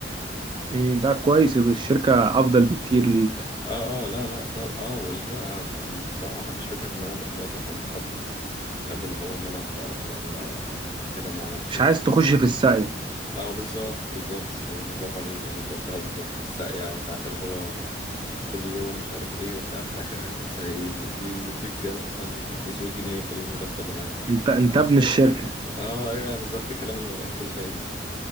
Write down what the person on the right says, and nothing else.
مم، ده كويس يبقى الشركة أفضل بكتير ليك
مش عايز
تخش في السعي
انت انت
ابن الشركة